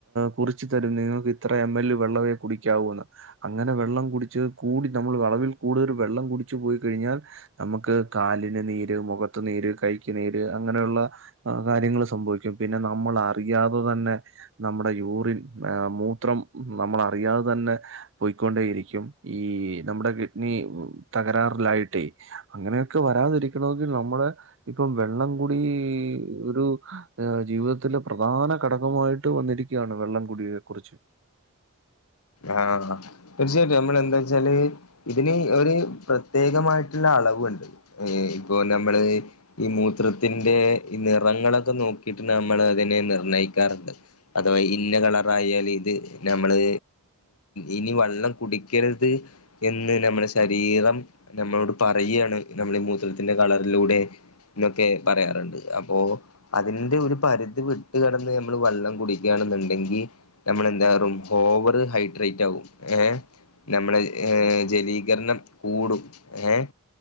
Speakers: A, on the right; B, on the left.
A: കുറച്ച് തരും നിങ്ങൾക്ക് ഇത്ര എം എൽ വെള്ളമേ കുടിക്കാവൂന്ന് അങ്ങനെ വെള്ളം കുടിച്ച് കൂടി നമ്മൾ വിളവിൽ കൂടുതൽ വെള്ളം കുടിച്ചു പോയി കഴിഞ്ഞാൽ നമുക്ക് കാലിന് നീര് മുഖത്തു നീര് കൈക്ക് നീര് അങ്ങനെയുള്ള ആ കാര്യങ്ങൾ സംഭവിക്കും. പിന്നെ നമ്മൾ അറിയാതെ തന്നെ നമ്മുടെ യൂറിൻ ആ മൂത്രം നമ്മള അറിയാതെ തന്നെ പോയിക്കൊണ്ടേയിരിക്കും ഈ നമ്മുടെ കിഡ്നി തകരാറിലായിട്ടേ അങ്ങനെയൊക്കെ വരാതിരിക്കണമെങ്കിൽ നമ്മള് ഇപ്പം വെള്ളം കൂടി ഒരു ജീവിതത്തിലെ പ്രധാന ഘടകമായിട്ട് വന്നിരിക്ക യാണ് വെള്ളം കുടിയെ കുറിച്ച്
B: ആഹ് തീർച്ചയായിട്ടും നമ്മൾ എന്താ വെച്ചാല് ഇതിന് ഒരു പ്രത്യേകമായിട്ടുള്ള അളവുണ്ട് ഇപ്പൊ നമ്മള് ഈ മൂത്രത്തിന്റെ നിറങ്ങളൊക്കെ നോക്കിയിട്ട് നമ്മൾ അതിനെ നിർണ്ണയിക്കാറുണ്ട്. അഥവാ ഇന്ന കളറ ആയാൽ ഇത് നമ്മള് ഇനി വെള്ളം കുടിക്കരുത്. എന്ന് നമ്മുടെ ശരീരം നമ്മളോട് പറയുകയാണ് നമ്മുടെ ഈ മൂത്രത്തിന്റെ കളറിലൂടെ ന്നൊക്കെ പറയാറ്ണ്ട് അപ്പൊ അതിന്റെ ഒരു പരിധി വിട്ട് കെടന്ന് ഞമ്മള് വെള്ളം കുടിക്കാണ്ന്ന്ണ്ടെങ്കി ഞ്ഞമ്മള് എന്താവും ഓവറ് ഹൈഡ്രേറ്റ് ആകും ഏഹ്. നമ്മളെ ഏഹ് ജലീകരണം കൂടും ഏഹ്